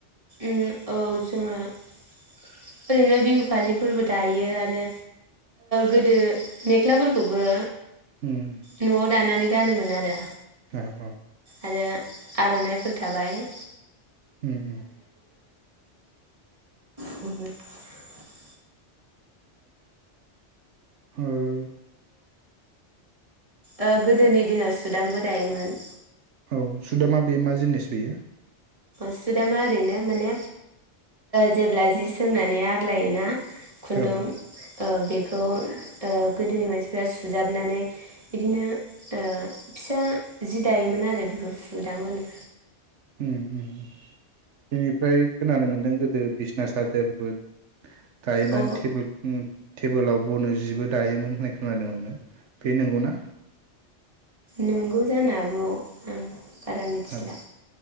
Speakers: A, on the right (about 30°); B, on the right (about 80°).
A: उम औ ओरैनो बिहु फालिफोरबो दायो आरो गोदो मेख्लाफोरखौबो
B: उम
A: न'आव दानानै गानोमोन आरो
B: औ औ
A: आरो आरनाइफोर थाबाय
B: उम उम
A: <unintelligible> <inaudible>
B: उम
A: ओ गोदोनि दिनाव सुदामबो दायोमोन।
B: औ सुदोमा बे मा जिनिस बेयो?
A: सुदामा ओरैनो माने जेब्ला ओ जि सोंनानै आग्लायोना खुन्दुं
B: औ
A: ओ बे बेखौ ओ गोदोनि मानसिफ्रा सुजाबनानै इदिनो ओ फिसा जि दायोमोन आरो बेखौ सुदाम होनो।
B: उम उम बेनिफ्राय खोनानो मोनदों गोदो बिसना सादोरबो गायोमोन
A: अ औ
B: टेबुल खुङो। टेबोलाव बनो जिबो दायोमोन होननाय खोनादोंमोननो। बे नंगौ ना?
A: नंगौ जानो हागौ। बारा मिथिला
B: औ